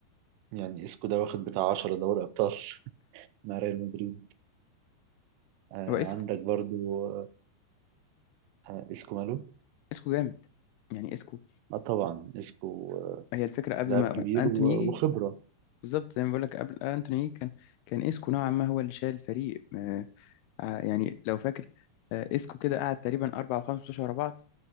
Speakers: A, on the right; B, on the left.
A: يعني إسكو ده واخد بتاع 10 دوري أبطال <laughs> مع ريال مدريد آه
B: هو إسكو
A: عندك برضو آه، اسكو ماله؟
B: إسكو جامد يعني إسكو
A: اه طبعا اسكو آه،
B: هي الفكرة قبل
A: لاعب
B: ما
A: كبير
B: أنتوني
A: و-
B: يجي
A: وخبرة
B: بالظبط زي ما بقول لك قبل أنتوني يجي كان كان إسكو نوعا ما هو اللي شايل الفريق آه، آه، يعني لو فاكر آه، اسكو كده قعد تقريبا اربع او خمس ماتشات ورا بعض